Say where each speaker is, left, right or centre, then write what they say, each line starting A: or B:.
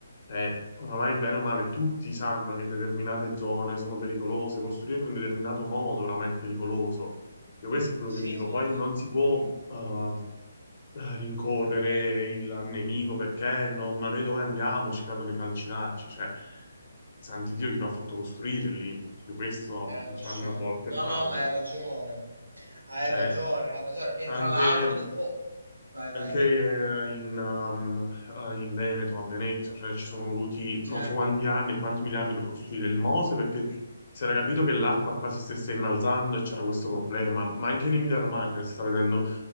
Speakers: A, on the left; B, on the right.
A: eh, oramai bene o male, tutti sanno che determinate zone sono pericolose, costruire in un determinato modo oramai è pericoloso. Io questo è quello
B: Sì,
A: che dico,
B: sì,
A: poi
B: sì.
A: non si può eh, eh, rincorrere il nemico perché no, ma noi dove andiamo? Ci cadono i calcinacci, cioè, santi Dio chi ti ha fatto costruire lì? Io questo,
B: Eh, lo
A: cioè,
B: so.
A: a me a volte
B: No,
A: fa
B: no,
A: rabbia.
B: ma hai ragione. Hai
A: Cioè,
B: ragione, hai ragione. E
A: anche
B: tra l'altro dopo... Vai, vai.
A: anche eh, in, um, eh, in Veneto, a Venezia, cioè ci sono voluti
B: Certo,
A: non so quanti anni e quanti miliardi per costruire il Mose, perché si era capito che l'acqua quasi stesse innalzando e c'era questo problema. Ma anche in Emilia-Romagna si sta vedendo